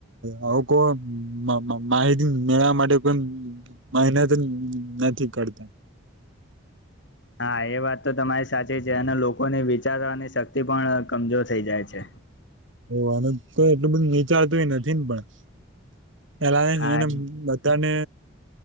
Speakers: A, on the right; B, on the left.
A: આવી કોઈ માહિતી મેળવવા માટે કોઈ. મહેનત નથી કરતા.
B: હા એ વાત તો તમારી સાચી છે અને લોકોની વિચારવાની શક્તિ પણ કમજોર થઈ જાય છે.
A: ઓ આ બધું એટલું બધું વિચારતુ નથી ને પણ એલા
B: હા
A: એને બધાને.